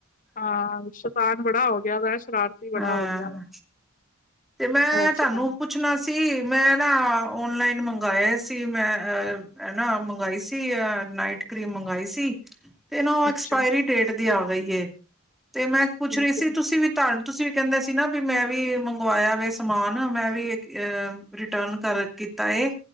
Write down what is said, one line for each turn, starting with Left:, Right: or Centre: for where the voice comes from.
Left: ਹਾਂ ਸ਼ੈਤਾਨ ਬੜਾ ਹੋ ਗਿਆ ਵਾ ਸ਼ਰਾਰਤੀ ਬੜਾ
Centre: ਹਾਂ
Left: ਹੋ ਗਿਆ ਵਾ।
Centre: ਤੇ ਮੈਂ
Left: ਹੋਰ
Centre: ਤੁਹਾਨੂੰ
Left: ਸੁਣਾਓ
Centre: ਪੁ ਪੁੱਛਣਾ ਸੀ ਮੈਂ ਨਾ ਔਨਲਾਈਨ ਮੰਗਵਾਏ ਸੀ ਮੈਂ ਅ ਹਨ ਨਾ ਮੰਗਵਾਈ ਸੀ। ਅ ਨਾਈਟ ਕਰੀਮ ਮੰਗਾਈ ਸੀ। ਤੇ ਨਾ ਉਹ ਐਕਸਪਾਇਰੀ
Left: ਅੱਛਾ
Centre: ਡੇਟ ਦੀ ਆ ਗਈ ਏ ਤੇ ਮੈਂ
Left: ਠੀਕ
Centre: ਪੁੱਛ ਰਹੀ ਸੀ
Left: ਹੈ
Centre: ਤੁਸੀਂ ਵੀ ਧਨ ਤੁਸੀਂ ਵੀ ਕਹਿੰਦੇ ਸੀ ਨਾ ਵੀ ਮੈਂ ਵੀ ਮੰ ਮੰਵਾਇਆ ਵੇ ਸਮਾਨ ਮੈਂ ਵੀ‌ ਇਕ ਅ ਰਿਟਰਨ ਕਰ ਕੀਤਾ ਏ।